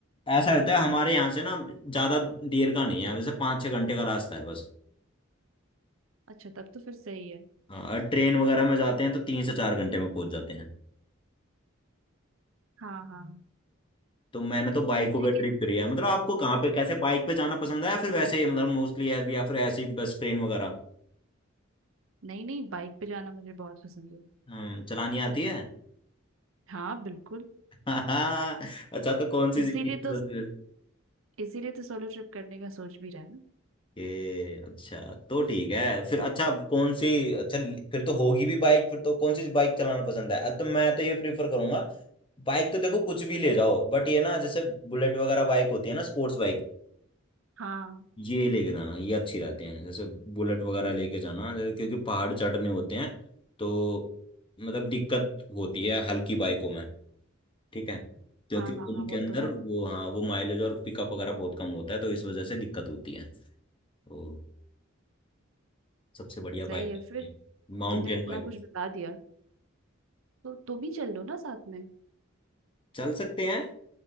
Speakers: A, on the left; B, on the right.
A: ऐसा होता है हमारे यहाँ से ना ज्यादा देर का नहीं है वैसे पाँच छः घंटे का रास्ता है बस
B: अच्छा तब तो फिर सही है
A: हाँ और ट्रेन वगैरह में जाते हैं तो तीन से चार घंटे में पहुंच जाते हैं
B: हाँ हाँ
A: तो मैंने तो बाइकों
B: लेकिन
A: पे ट्रिप करी है मतलब आपको कहाँ पे कैसे बाइक पे जाना पसंद है या फिर वैसे ही मतलब मोस्टली है, या फिर ऐसी बस ट्रेन वगैरह
B: नहीं नहीं बाइक पे जाना मुझे बहुत पसंद है
A: हम्म चलानी आती है
B: हाँ बिल्कुल
A: <laughs> अच्छा तो कौन सी <laughs> जिंदगी
B: इसीलिए
A: की सबसे
B: तो इसीलिए तो सोलो ट्रिप करने का सोच भी रहा है ना
A: ये अच्छा तो ठीक है फिर अच्छा कौन सी अच्छा फिर तो होगी भी बाइक फिर तो कौन सी बाइक चलाना पसंद है तो मैं तो ये प्रीफर करूंगा बाइक तो देखो कुछ भी ले जाओ बट ये ना जैसे बुलेट वगैरह बाइक होती है ना स्पोर्ट्स बाइक
B: हाँ
A: ये लेके जाना ये अच्छी रहते हैं जैसे बुलेट वगैरह लेके जाना जैसे क्योंकि पहाड़ चढ़ने होते हैं तो मतलब दिक्कत होती है हल्की बाइकों में ठीक है क्योंकि
B: हाँ हाँ
A: उनके
B: हाँ वो
A: अंदर
B: तो है
A: वो हाँ वो माइलेज और पिकअप वगैरह बहुत कम होता है तो इस वजह से दिक्कत होती है तो सबसे बढ़िया बाइक
B: सही है फिर
A: ये माउंटेन
B: तुमने इतना
A: बाइक
B: कुछ बता दिया तो तुम ही चल लो ना साथ में
A: चल सकते हैं